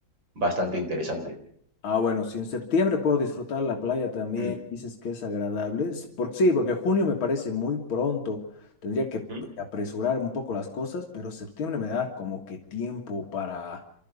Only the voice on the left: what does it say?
Ah, bueno, si en septiembre puedo disfrutar la playa también,
dices que es agradable. s- por- sí, porque junio me parece muy pronto. Tendría que
apresurar un poco las cosas, pero septiembre me da como que tiempo para,